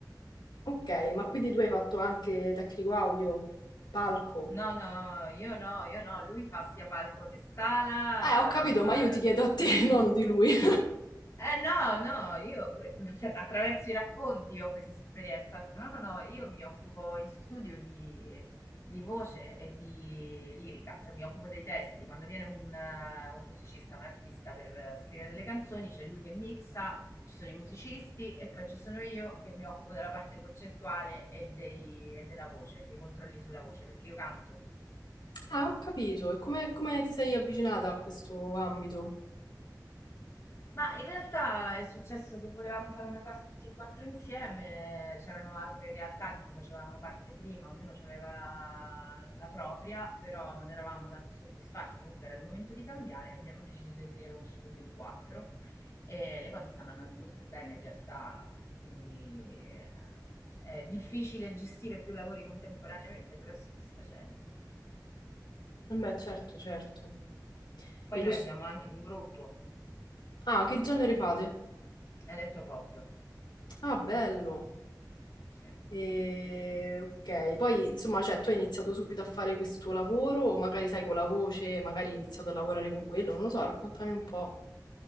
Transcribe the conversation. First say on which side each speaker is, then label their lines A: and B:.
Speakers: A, on the left (about 85°); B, on the left (about 40°).
A: Ok, ma quindi tu hai fatto anche tecnico audio, palco?
B: No, no, io no, io no, lui fa sia palco che sala,
A: Eh, ho capito,
B: ma
A: ma io ti chiedo a te,
B: sì.
A: <laughs> non di lui. <laughs>
B: Eh no, no, io que <laughs> attraverso i racconti ho questa esperienza. No, no, no, io mi occupo in studio di di voce e di lirica, cioè mi occupo dei testi. Quando viene un eh, un musicista, un artista per eh, scrivere delle canzoni, c'è lui che mixa, ci sono i musicisti e poi ci sono io che mi occupo della parte concettuale e dei e della voce, dei controlli sulla voce, perché io canto.
A: Ah, ho capito. E come, come ti sei avvicinata a questo ambito?
B: Ma in realtà è successo che volevamo fare una cosa tutti e 4 insieme, c'erano altre realtà di cui facevamo parte prima, ognuno aveva la la propria, però non eravamo tanto soddisfatti, comunque era il momento di cambiare, abbiamo deciso di aprire uno studio in quattro e le cose stanno andando molto bene in realtà, quindi eh, è difficile gestire più lavori contemporaneamente, però è soddisfacente.
A: Eh Beh, certo, certo.
B: Poi
A: E
B: noi
A: lo... s-
B: abbiamo anche un gruppo,
A: Ah, che genere fate?
B: Elettropop.
A: Ah, bello.
B: Sì.
A: E, ok, poi insomma, cioè, tu hai iniziato subito a fare questo lavoro, o magari sai con la voce, magari hai iniziato a lavorare con quello, non lo so, raccontami un po'.